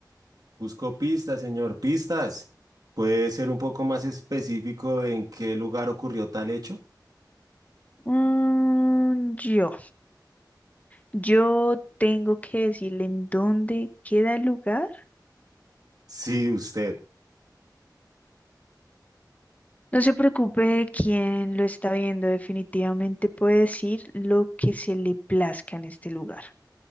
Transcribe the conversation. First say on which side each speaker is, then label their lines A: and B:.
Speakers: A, on the right; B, on the left.
A: Busco pistas, señor, pistas. ¿Puede ser un poco más específico en qué lugar ocurrió tal hecho?
B: Mm, yo, yo tengo que decirle en dónde queda el lugar.
A: Sí, usted.
B: No se preocupe de quién lo está viendo, definitivamente puede decir lo que se le plazca en este lugar.